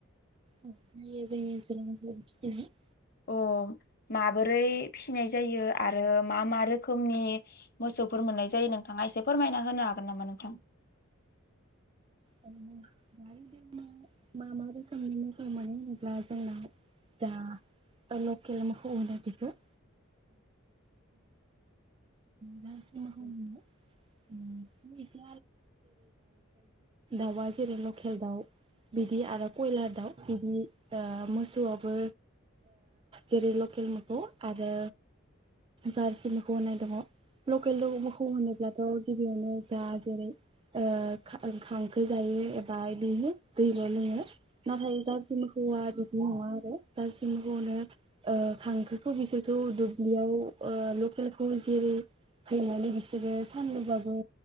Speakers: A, on the right; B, on the left.
A: औ जायो जोंनि ओनसोलाव <inaudible>
B: अ माबोरै फिनाय जायो आरो मा मा रोखोमनि मोसौफोर मोननाय जायो नोंथाङा एसे फोरमायना होनो हागोन नामा नोंथां?
A: दानि मा मा रोखोमनि मोसौ मोनो होनोब्ला जोंनाव जा लखेल मोखौ होनो बिखौ। जारसि मोखौ
B: उ
A: मोनो उम एसे दावआ जेरै लकेल दाउ बिदि आरो कयलार दाउ बिदि मोसौआवबो जेरै लकेल मोसौ आरो जारसि मोसौ होनाय दङ लकेल मोखौ होनोब्लाथ' गिबियावनो जा जेरै ओ खां खो जायो एबा बिनो दैल' लोङो नाथाय जारसि मोसौआ बिदि नङा आरो जारसि मोखौनो ओ खांखोखौ बिसोरखौ दुब्लियाव ओ लकेलखौ जेरै फैनानै बिसोरो सानदुंबाबो